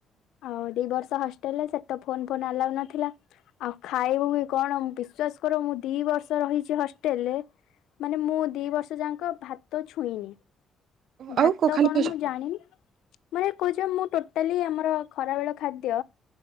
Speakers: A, on the left; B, on the right.
A: ଆ ଦି ବର୍ଷ ହଷ୍ଟେଲ ରେ ସେତ ଫୋନ ଫୋ ଆ ନଥିଲା ଆଉ ଖାଇବୁ କଣ ବିସ୍କୁ ବିଶ୍ୱାସ କର ମୁଁ ଦି ବର୍ଷ ରହିଛି ହଷ୍ଟେଲ୍ ରେ ମାନେ ମୁଁ ଦି ବର୍ଷ ଯାଙ୍କ ଭା ଭାତ ଛୁଇଁନି ଭାତ
B: ଆଉ କ ଖାଲି
A: କଣ
B: ଫାଷ୍ଟଫୁଡ୍।
A: ମୁଁ ଜାଣିନି। ମାନେ କହୁଛ ମୁଁ ଟୋଟାଲି ଆମର ଖରାବେଳ ଖାଦ୍ୟ